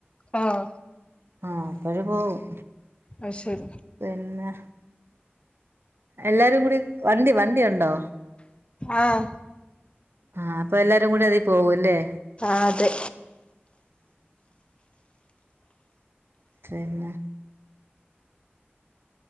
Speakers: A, on the left; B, on the right.
A: ആഹ
B: ആഹ അപ്പോഴ പോകും
A: അത് ശരി
B: പിന്നെ എല്ലാരും കൂടി വണ്ടി വണ്ടി ഉണ്ടോ
A: ആഹ
B: ആഹ് അപ്പൊ എല്ലാരും കൂടി അതി പോകുംല്ലേ
A: അ അതെ
B: പിന്ന